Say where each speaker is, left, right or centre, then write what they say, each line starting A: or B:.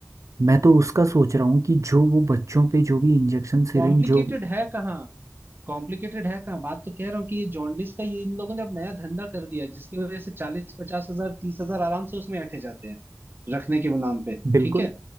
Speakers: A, on the right (about 80°); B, on the right (about 40°).
A: मैं तो उसका सोच रहा हूँ कि जो वो बच्चों पे जो भी इंजेक्शन सिरिंज
B: कॉम्प्लिकेटेड
A: जो
B: है कहाँ कॉम्प्लिकेटेड है कहाँ बात तो कह रहा हूँ कि ये जॉन्डिस का ये इन लोगों ने अब नया धंधा कर दिया है, जिसकी वजह से चालीस पचास हजार तीस हजार आराम से उसमें ऐंठे जाते हैं रखने के नाम पे
A: बिल्कुल
B: ठीक है